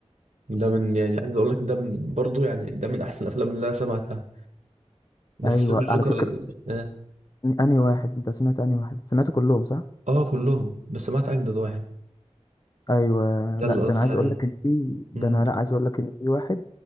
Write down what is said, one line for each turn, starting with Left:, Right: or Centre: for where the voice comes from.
Right: ده من يعني عايز اقول لك ده من برضه يعني ده من احسن الافلام اللي انا سمعتها بس
Left: ايوه
Right: فيلم الجوكر
Left: على فكرة
Right: ال- اه,
Left: انهي واحد انت سمعت انهي واحد سمعت كلهم صح
Right: آه كلهم بس سمعت اجدد واحد
Left: ايوه
Right: ده اللي
Left: لا ده
Right: قصدي
Left: انا عايز
Right: عليه
Left: اقول لك ان في ده
Right: مم.
Left: انا لا عايز اقول لك ان في واحد